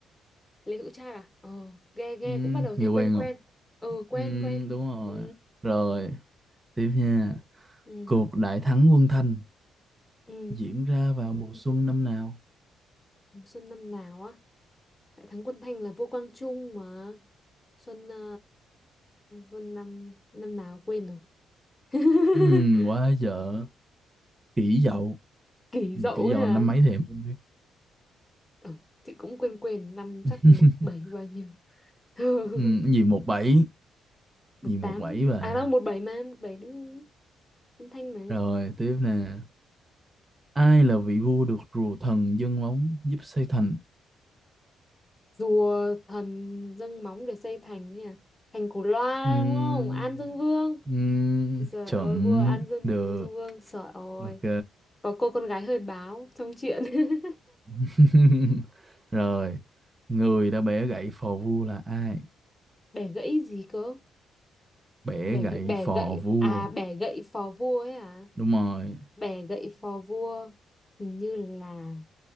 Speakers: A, on the left (about 20°); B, on the right (about 20°).
A: <laughs> Lê Hữu Trác à ờ nghe nghe
B: ừ.
A: cũng bắt đầu thấy
B: Nghe quen
A: quen quen
B: không
A: ừ quen
B: ừ,
A: quen
B: Đúng rồi
A: ừ
B: rồi Tiếp nha.
A: ừ
B: Cuộc đại thắng quân Thanh
A: Ừ.
B: diễn ra vào mùa xuân năm nào?
A: Xuân năm nào á? Đại thắng quân Thanh là vua Quang Trung mà. Xuân ờ, Xuân năm năm nào quên rồi. <laughs>
B: Ừm, quá dở. Kỷ Dậu.
A: Kỷ
B: Nhưng
A: Dậu
B: mà Kỷ
A: ấy
B: Dậu
A: à.
B: là năm mấy thì em không biết.
A: Ừ, chị cũng quên quên năm
B: <laughs>
A: chắc một bảy bao nhiêu. <laughs>
B: Ừm, gì 17, gì
A: Một
B: 17
A: tám
B: bà.
A: à đâu một bảy mà một bảy đúng quân Thanh mà.
B: Rồi, tiếp nè. Ai là vị vua được rùa thần dâng móng giúp xây thành?
A: Rùa thần dâng móng để xây thành ấy à. Thành Cổ Loa
B: Ừm,
A: đúng không? An Dương Vương.
B: ừm,
A: Trời
B: chuẩn
A: ơi, vua An Dương,
B: được.
A: Dương Vương, trời ơi.
B: Ok.
A: Có cô con gái hơi báo trong chuyện. <laughs>
B: <laughs> Rồi, người đã bẻ gậy phò vua là ai?
A: Bẻ gãy gì cơ?
B: Bẻ
A: Bẻ,
B: gậy
A: bẻ
B: phò
A: gậy,
B: vua
A: à bẻ gậy phò vua ấy à?
B: đúng rồi
A: Bẻ gậy phò vua, hình như là